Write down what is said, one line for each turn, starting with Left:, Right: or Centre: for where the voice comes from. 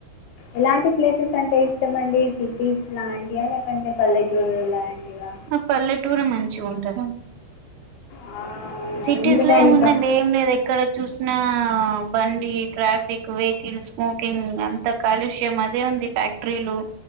Left: ఎలాంటి ప్లేసెస్ అంటే ఇష్టమండి సిటీస్ లాంటియా లేకంటే పల్లెటూరు లా లాంటియా
Right: నాక్ పల్లెటూరే మంచిగా ఉంటదండి
Left: ఆ,
Right: సిటీస్
Left: ఎందుకండి
Right: లో ఏముందండి
Left: ప-
Right: ఏం లేదు ఎక్కడ చూసిన బండి ట్రాఫిక్ వెహికిల్స్ స్మోకింగ్ అంత కాలుష్యం అదే ఉంది ఫ్యాక్టరీలు